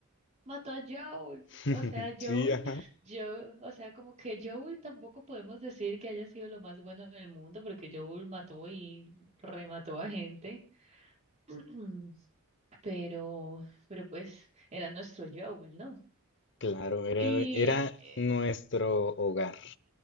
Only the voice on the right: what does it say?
Mató a Joel.
O sea, Joel,
yo, o sea, como que Joel tampoco podemos decir que haya sido lo más bueno del mundo, porque Joel mató y remató a gente, <clears throat> pero, pero pues era nuestro Joel, ¿no?
Y,
eh,